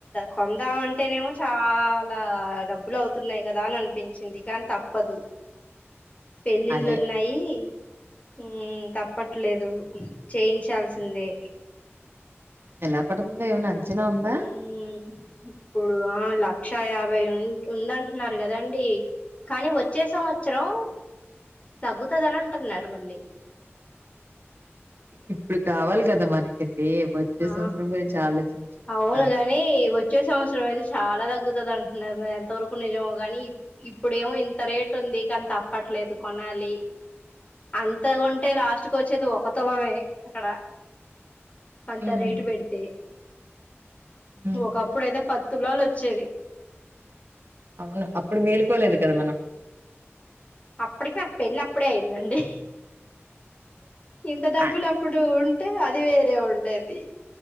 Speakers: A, on the left; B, on the right.
A: కొందాం అంటేనేమో చాలా డబ్బు బ్బులు అవుతున్నాయి కదా అని అనిపించింది కాని తప్పదు పెళ్ళిళ్ళు
B: అదే
A: ఉన్నాయి హుమ్మ్ తప్పట్లేదు చేయించాల్సిందే
B: ఎలా పడుతుందో ఏమనా అంచనా ఉందా
A: హ్మ్ ఇప్పుడు ఆ లక్ష యాభై ఉందంటున్నారు కదండి కానీ వచ్చే సంవత్సరం తగ్గుతది అని అంటున్నారు మళ్ళీ
B: ఇప్పుడు కావలి కదా మనకి దే వచ్చే
A: ఆ
B: సంవత్సరం గురించి ఆలోచించం కదా
A: అవును గాని వచ్చే సంవత్సరం అయితే చాలా తగ్గుతది అంటున్నారు మరి ఎంత వరకు నిజమో కాని ఇప్పుడేమో ఇంత రేట్ ఉంది కాని తప్పట్లేదు కొనాలి అంత కొంటే లాస్ట్ కి వచ్చేది ఒక తులమే అక్కడ అంత
B: హ్మ్.
A: రేటు పెడితే
B: హ్మ్.
A: ఒకప్పుడైతే పద్తులాలు వచ్చేది
B: అవును అప్పుడు మేలుకోలేదు కద మనం
A: అప్పటిక ఆ పెళ్ళి అప్పుడే అయిందండి ఇంత డబ్బులు
B: అ
A: అప్పుడు ఉ అంటే అది వేరే ఉండేది